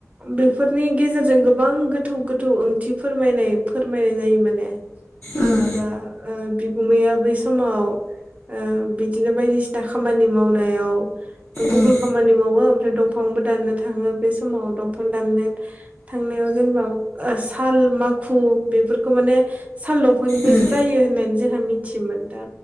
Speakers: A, on the right (about 25°); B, on the left (about 50°).
A: बेफोरनि गेजेरजों गोबां गोथौ गोथौ ओंथि फोरमायनाय फोरमायनाय जायो माने
B: उम
A: दा ओ बिगुमैया बै समाव ओ बिदिनो बायदिसिना खामानि मावनायाव गुबुन
B: उम
A: खामानि मावो ओमफ्राय दंफांबो दाननो थाङो बे समाव दंफां दाननो थांनायाव जेनेबा ओ साल माखु बेफोरखौ माने साल दं फांनिफ्रायसो
B: उम
A: जायो होननानै जोंहा मिथियोमोन दा